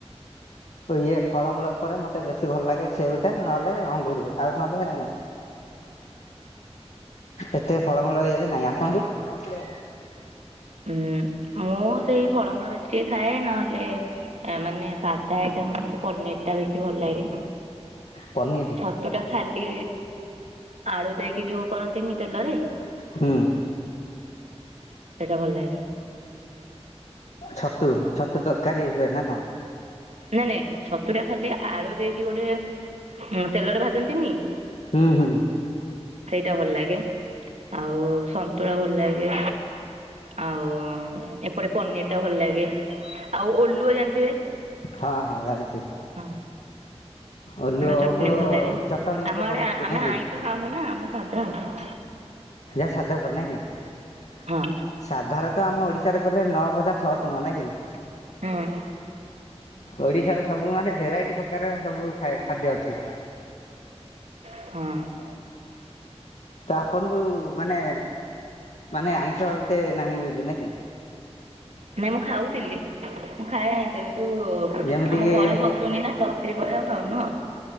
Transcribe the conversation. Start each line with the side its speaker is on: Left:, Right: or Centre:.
Left: ଇଏ ଫଳମୂଳ ଉପରେ ମତେ ବେଶୀ ଭଲ ଲାଗେ ସେଉଟା ନହେଲେ ଅଙ୍ଗୁର ଆଉ ନହେଲେ
Right: <unintelligible>
Left: ଏତେ ଫଳମୂଳ ଇରେ ନାହିଁ ଆପଣଙ୍କୁ।
Right: ହୁଁ। ମୁଁ ସେଇ ଫଳମୂଳ ବେଶୀ ଟିକେ ଖାଏ ନହେଲେ ମାନେ ସାଧା ଆଇଟରେ ମତେ ପନିର ଟା ବେଶୀ ଭଲ ଲାଗେ
Left: ପନିର
Right: ଛତୁଟା ଖାଲି ଆଳୁ ଦେଇକି ଯୋଉ କରନ୍ତିନି ତେଲରେ।
Left: ହୁଁ।
Right: ସେଇଟା ଭଲ ଲାଗେ।
Left: ଛତୁ ଛତୁ ତରକାରୀ ହୁଏ ନା କଣ?
Right: ନାଇଁ ନାଇଁ ଛତୁ ଟା ଖାଲି ଆଳୁ ଦେଇକି ଗୋଟେ ଉଁ ତେଲରେ ଭାଜନ୍ତିନି।
Left: ହୁଁ ହୁଁ।
Right: ସେଇଟା ଭଲ ଲାଗେ ଆଉ ସନ୍ତୁଳା ଭଲ ଲାଗେ। ଆଉ ଏପଟେ ପନିର ଟା ଭଲ ଲାଗେ ଆଉ ଓଲୁଅ ଜାଣିଥିବେ।
Left: ହଁ ହଁ ଜାଣିଛି।
Right: ହଁ
Left: ଓଲୁଅ ଓଲୁଅ
Right: ଚଟଣି ଭଲ ଲାଗେ
Left: ଚଟଣି ଗୋଟେ
Right: ଆମ ଆଡ଼େ
Left: କରନ୍ତି
Right: ଆ- ଆମେ
Left: ନାଇକି।
Right: ଆଇଁଷ ଖାଉନୁ ନା ଆମେ ସାଧା ଆଉ।
Left: ଜା ସାଧାଉପରେ ନାହି କି
Right: ହଁ
Left: ସାଧାର ତ ତ ଆମ ଓଡିଶାରେ କଲେ ନଅ ଭଜା ଛଅ ତୁନ ନାଇଁ କି।
Right: ହୁଁ।
Left: ଓଡିଶାର ସବୁ ମାନେ ଭେରାଇଟି ପ୍ରକାର ସବୁ ଖାଦ୍ୟ ଅଛି।
Right: ହୁଁ।
Left: ତ ଆପଣଙ୍କୁ ମାନେ ମାନେ ଆଇଁଷ ଏତେ ନାହିଁ ଯୁଜୁ ନାଇକି।
Right: ନାଇଁ ମୁଁ ଖାଉଥିଲି ମୁଁ ଖାଏ ଆଇସ କିନ୍ତୁ ଆମ
Left: ଯେମିତି କିି
Right: ଘରେ ପଶୁନି ପଶୁନି ନା ପ୍ଲସଥ୍ରୀ ପରେ ଆଉ ଖାଉନୁ ଆଉ।